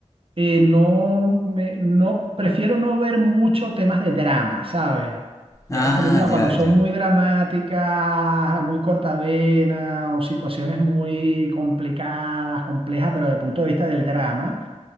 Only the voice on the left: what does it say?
Ah,
ya,
ya.